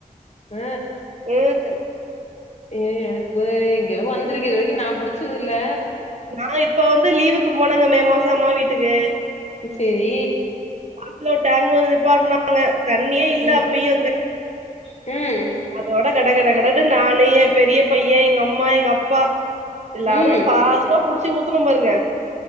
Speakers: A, on the left; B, on the right.
A: அ
B: ம்
A: ஏ எனக்கு இங்க வந்துருக்கு இது வரைக்கு நா புடிச்சதுல்ல
B: நா இப்ப வந்து லீவுக்கு போனங்க மே மாசோ அம்மா வீட்டுக்கு
A: சேரி
B: காத்துல ஒரு டேங்க் வந்து நிப்பாட்னாங்க தண்ணியே இல்ல
A: ம்
B: அப்பயு அங்க
A: ம்
B: அதோட கட கட கடன்னு நானு எ பெரிய பைய எங்க அம்மா எங்க அப்பா எல்லாரு
A: ம்
B: ஃபாஸ்டா புடிச்சி ஊத்துனம் பாருங்க